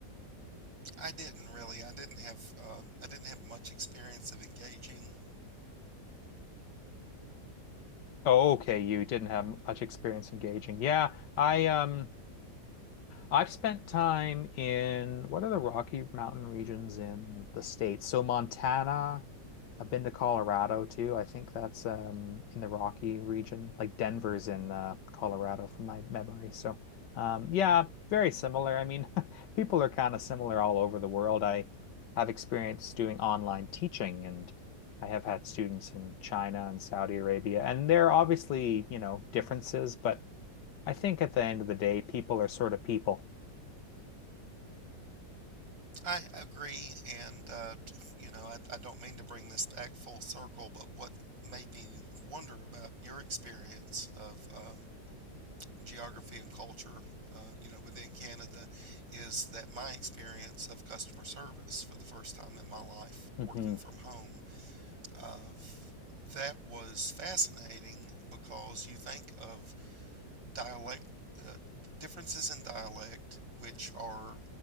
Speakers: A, on the right; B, on the left.
A: I didn't really. I didn't have uh, I didn't have much experience of engaging.
B: Oh, okay. You didn't have much experience engaging. Yeah. I, um, I've spent time in what are the Rocky Mountain regions in the States? So Montana, I've been to Colorado too. I think that's um in the Rocky region. Like Denver's in uh Colorado from my memory. So um yeah, very similar. I mean, <laughs> people are kind of similar all over the world. I have experience doing online teaching and I have had students in China and Saudi Arabia, and there are obviously, you know, differences, but I think at the end of the day, people are sort of people.
A: I agree, and uh, t- you know, I, I don't mean to bring this back full circle, but what made me wonder about your experience of um, geography and culture, uh, you know, within Canada, is that my experience of customer service for the first time in my life,
B: hmm
A: working from home, of that was fascinating because you think of dialect uh, differences in dialect, which are